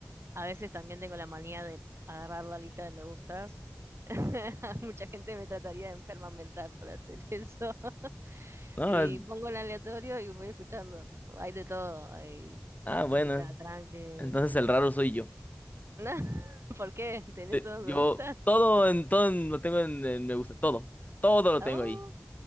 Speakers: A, on the right (about 65°); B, on the left (about 35°).
A: A veces también tengo la manía de agarrar la lista de me gustas. <laughs> Mucha gente me trataría de enferma mental por hacer eso. <laughs>
B: No,
A: Y pongo el aleatorio y voy escuchando. tipo, hay de todo, hay
B: ah, bueno.
A: música tranqui.
B: Entonces el raro soy yo.
A: <laughs> ¿Por qué? ¿Tenés
B: Te-
A: todos
B: yo
A: me gustas?
B: todo en todo en- lo tengo en, en me gusta, todo. Todo lo
A: Oh.
B: tengo ahí.